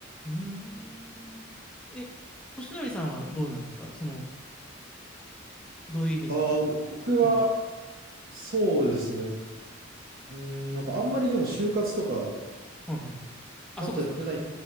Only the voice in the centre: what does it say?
うーん。え、としのりさんはどうなんですかその、どういうイメージですか
はい。
はいはい。
あ、そっかそっか。